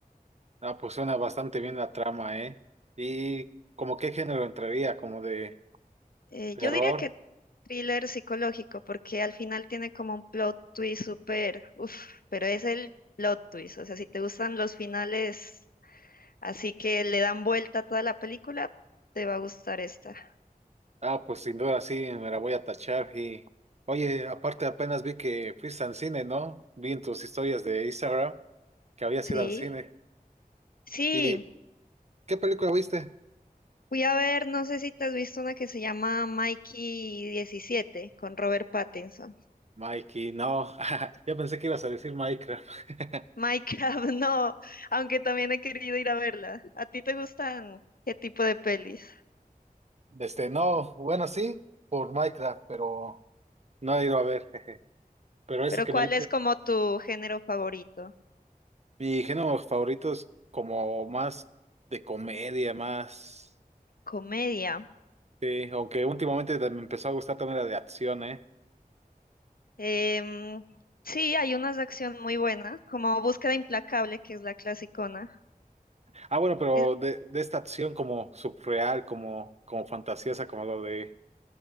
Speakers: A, on the right; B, on the left.
A: Ah, pues suena bastante bien la trama, ¿eh? ¿Y como qué género entraría? ¿Como de
B: Eh,
A: terror?
B: yo diría que thriller psicológico, porque al final tiene como un plot twist súper, uff, pero es el plot twist. O sea, si te gustan los finales así que le dan vuelta a toda la película, te va a gustar esta.
A: Ah, pues sin duda sí, me la voy a tachar y... Oye, aparte apenas vi que fuiste al cine, ¿no? Vi en tus historias de Instagram que habías
B: Sí,
A: ido al cine.
B: sí,
A: ¿Y qué película viste?
B: fui a ver, no sé si te has visto una que se llama Mikey diecisiete con Robert Pattinson.
A: Mikey, no. <laughs> Yo pensé que ibas a decir Minecraft. <laughs>
B: Minecraft, <laughs> no, aunque también he querido ir a verla. ¿A ti te gustan qué tipo de pelis?
A: Este, no, bueno, sí, por Minecraft, pero no he ido a ver, jeje. Pero esa
B: Pero
A: que
B: ¿cuál
A: me dice,
B: es como tu género favorito?
A: mi género favorito es como más de comedia, más...
B: Comedia.
A: Sí, aunque últimamente me empezó a gustar también la de acción, ¿eh?
B: Em, sí, hay unas de acción muy buenas, como Búsqueda Implacable, que es la clasicona.
A: Ah, bueno, pero
B: Es-
A: de, de esta acción como subreal, como, como fantasiosa, como lo de,